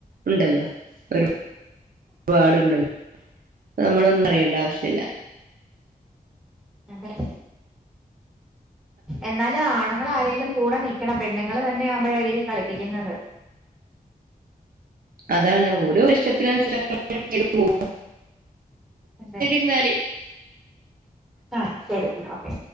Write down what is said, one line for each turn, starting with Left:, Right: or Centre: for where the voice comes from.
Right: ഇണ്ടല്ലോ വ പാട്ണ്ടല്ലോ അഹ് നമ്മളൊന്നും അറിയേണ്ട ആവശ്യല്ല.
Centre: അതെ എന്നാല് ആണ്ങ്ങള് ആരേലും കൂടെ നിൽക്കണം പെണ്ണുങ്ങൾ തന്നെയ ആവുമ്പഴ ഇവര് കളിപ്പിക്കുന്നത്.
Right: അതാണ് ഓല് ഒര് <unintelligible>
Centre: അതെ
Right: എന്നാല്
Centre: ആ ശരി ഇന്ന ഓക്കെ.